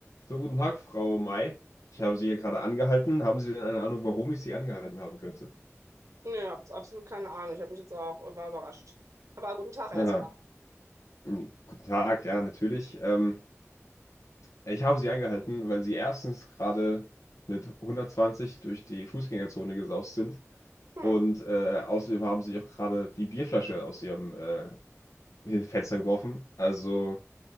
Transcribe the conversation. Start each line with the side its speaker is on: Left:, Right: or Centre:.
Left: So, guten Tag, Frau May. Ich habe Sie hier gerade angehalten. Haben Sie denn eine Ahnung, warum ich Sie angehalten haben könnte?
Right: Nee, hab jetzt absolut keine Ahnung. Ich habe mich jetzt auch war überrascht. Aber guten Tag erstmal.
Left: Aha. Hm, Guten Tag, ja, natürlich. Ähm, ich habe Sie angehalten, weil Sie erstens gerade mit 120 durch die Fußgängerzone gesaust sind
Right: Hm.
Left: und äh, außerdem haben Sie auch gerade die Bierflasche aus Ihrem äh, Fenster geworfen. Also,